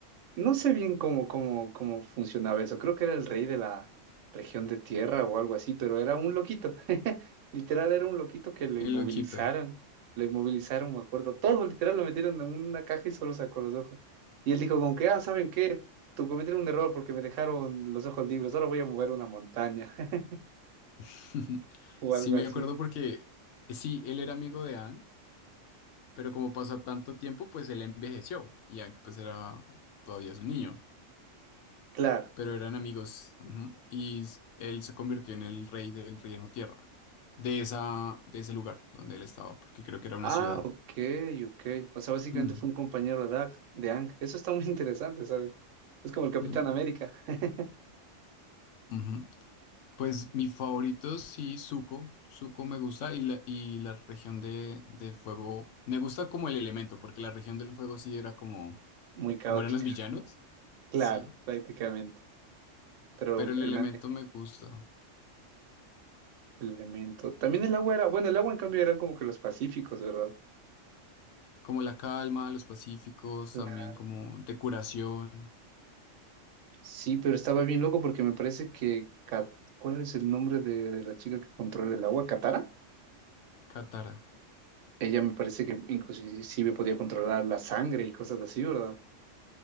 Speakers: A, on the right; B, on the left.
A: no sé bien cómo, cómo, cómo funcionaba eso. Creo que era el rey de la región de tierra o algo así, pero era un loquito. <laughs> Literal, era un loquito que lo inmovilizaron.
B: el loquito.
A: Lo inmovilizaron, me acuerdo. Todo, literal, lo metieron en una caja y solo sacó los ojos. Y él dijo con que, ah, ¿saben qué? Tú cometieron un error porque me dejaron los ojos libres. Ahora voy a mover una montaña <laughs>
B: <laughs>
A: o
B: Sí,
A: algo
B: me
A: así.
B: acuerdo porque eh, sí, él era amigo de Anne Pero como pasó tanto tiempo, pues él envejeció y ya, pues era todavía su niño,
A: Claro.
B: pero eran amigos ujú, y s- él se convirtió en el rey del reino tierra, de esa, de ese lugar donde él estaba, porque creo que era una
A: Ah,
B: ciudad.
A: ok, ok. O sea, básicamente
B: Mm,
A: fue un compañero de Ang, de Ang. Eso está muy <laughs> interesante, ¿sabes? Es como el Capitán
B: mm,
A: América. <laughs>
B: ujú. Pues mi favorito sí, Zuko. Zuko me gusta y la, y la región de, de fuego, me gusta como el elemento, porque la región del fuego sí era como,
A: Muy caótica.
B: como eran los villanos,
A: Claro,
B: sí,
A: prácticamente. Pero
B: pero el
A: el
B: elemento
A: man-
B: me gusta.
A: el elemento. También el agua era, bueno, el agua en cambio eran como que los pacíficos, ¿verdad?
B: como la calma, los pacíficos,
A: Claro.
B: también como de curación,
A: Sí, pero estaba bien loco porque me parece que, Kat- ¿cuál es el nombre de, de la chica que controla el agua? ¿Katara?
B: Katara.
A: Ella me parece que inclusive podía controlar la sangre y cosas así, ¿verdad?